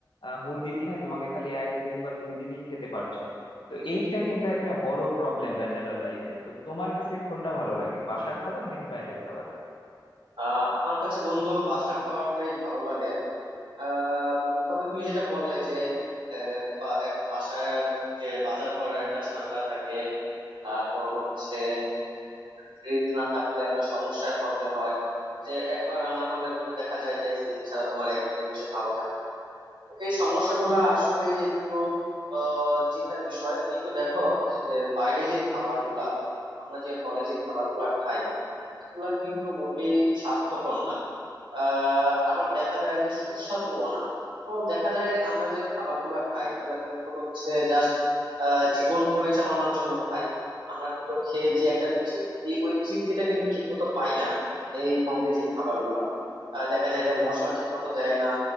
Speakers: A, on the left; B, on the right.
A: আহ, মুরগি কিনে তোমাকে খালি একদিন বা দুই দিনই খেতে পারছো তো এইটা কিন্তু একটা বড় প্রবলেম ব্যাচেলর লাইফে তো তোমার কাছে কোনটা ভালো লাগে বাসার খাবার নাকি বাইরের খাবার
B: আহ আমার কাছে বন্ধু বাসার খাবারটাই ভালো লাগে আহ উম, তবে তুমি যেটা বললে যে আহ, বা- এক বাসায় যে বাজার করার একটা ঝামেলা থাকে তারপর হচ্ছে ফ্রিজ না থাকলে একটা সমস্যায় পড়তে হয় যে একবার রান্না করলে কিন্তু দেখা যায় যে ফ্রিজ ছাড়া তোমার একদিনের বেশি ভালো থাকে না। তো এই সমস্যাগুলো আসলে একটু আহ, চিন্তার বিষয় কিন্তু দেখো এই যে বাইরে যে খাবারগুলা আমরা যে হলে যে খাবারগুলা খাই এগুলা কিন্তু মোটেই স্বাস্থ্যকর না আহ আবার দেখা যায় যে সুস্বাদুও না তো দেখা যায় আমরা যে খাবারগুলা খাই এগুলা কিন্তু হচ্ছে জাস্ট জীবন পরিচালনার জন্য খাই আমরা কিন্তু খেয়ে যে একটা তৃপ্তি ওই তৃপ্তিটা কিন্তু ঠিক মতো পাই না এই বাইরে যে খাবারগুলা আহ, দেখা যায় যে মশলা ঠিক মতো দেয় না